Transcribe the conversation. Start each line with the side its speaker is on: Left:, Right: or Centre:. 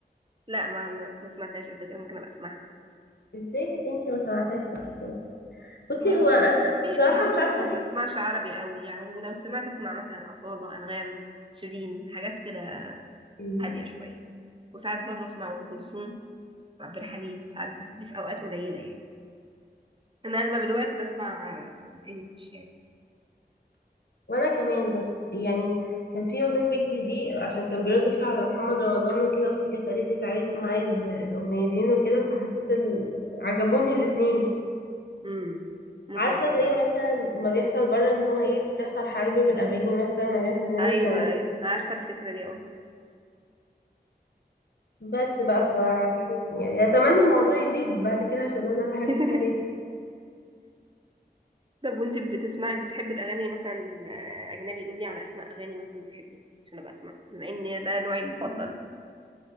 Right: لا ما ما ما سمعتهاش قبل كده ممكن ابقى اسمعها
Left: ازاي يا بنتي ما سمعتهاش قبل كده بصي
Right: ما
Left: هو
Right: انا ما
Left: انا
Right: انا مم. قلت لك
Left: بصراحه
Right: انا اصلا
Left: مش عارفه
Right: ما
Left: ليه
Right: بسمعش عربي قوي يعني ولو سمعت اسمع مثلا اصالة انغام شيرين حاجات كده
Left: مم.
Right: هاديه شويه وساعات برضه اسمع ام كلثوم وعبد الحليم ساعات بس دي في اوقات قليله يعني انا اغلب الوقت بسمع انجلش يعني
Left: وانا كمان بس يعني كان في اغنيه ويجز دي عشان كان بيرد فيها على محمد رمضان وكده اختي جت قالت لي تعالي اسمعي ال- الاغنيتين وكده فحسيت ال... عجبوني الاتنين
Right: امم ممكن
Left: عارفه
Right: ابقى اسمع
Left: زي مثلا ما بيحصل بره ان هو ايه بتحصل حرب بالاغاني مثلا ما بين فنان
Right: ايوه
Left: وفنان
Right: ايوه عارفه الفكره دي اه
Left: بس بقى
Right: طب
Left: ف يعني اتمنى الموضوع يزيد بعد كده عشان انا بحب
Right: <laughs>
Left: الحاجات
Right: طب وانت بتسمعي بتحبي الاغاني مثلا آه، اجنبي قولي على اسماء اغاني مثلا بتحبيها عشان ابقى اسمع بما ان ده نوعي المفضل